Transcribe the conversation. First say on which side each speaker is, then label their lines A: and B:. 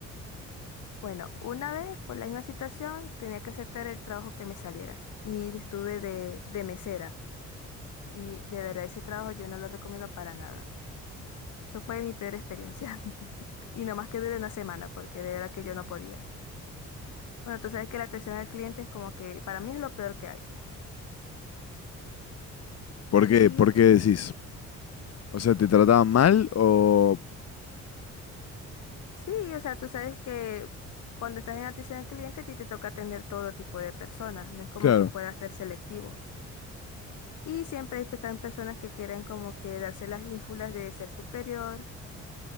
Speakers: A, on the left (about 70°); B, on the left (about 55°).
A: Bueno, una vez, por la misma situación, tenía que aceptar el trabajo que me saliera y estuve de, de mesera. Y de verdad, ese trabajo yo no lo recomiendo para nada. Eso fue mi peor experiencia. <laughs> Y nomás que dure una semana, porque de verdad que yo no podía. Bueno, tú sabes que la atención al cliente es como que para mí es lo peor que hay.
B: ¿Por
A: Y
B: qué, por qué decís? O sea, ¿te trataban mal o...?
A: sí, o sea, tú sabes que cuando estás en atención al cliente, a ti te toca atender todo tipo de personas. No es como
B: Claro.
A: que puedas ser selectivo. Y siempre hay, pues, están personas que quieren como que darse las ínfulas de ser superior